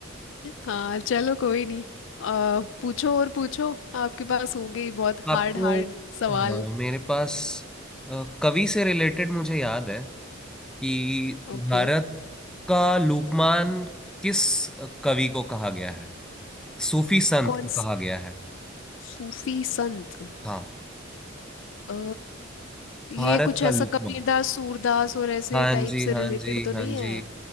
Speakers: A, on the left; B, in the centre.
A: हाँ चलो कोई नहीं आ, पूछो और पूछो आपके पास होंगे ही बहुत
B: आपको
A: हार्ड हार्ड सवाल
B: हाँ मेरे पास अ, कवि से रिलेटेड मुझे याद है कि
A: ओके
B: भारत का लोकमान किस कवि को कहा गया है सूफी संत
A: कौन
B: को
A: स-
B: कहा गया है
A: सूफी संत
B: हाँ
A: अ, ये
B: भारत
A: कुछ
B: का
A: ऐसा
B: लोकमान
A: कबीरदास सूरदास और ऐसे
B: हाँ
A: टाइप
B: जी
A: से
B: हाँ
A: रिलेटेड
B: जी
A: तो
B: हाँ
A: नहीं है
B: जी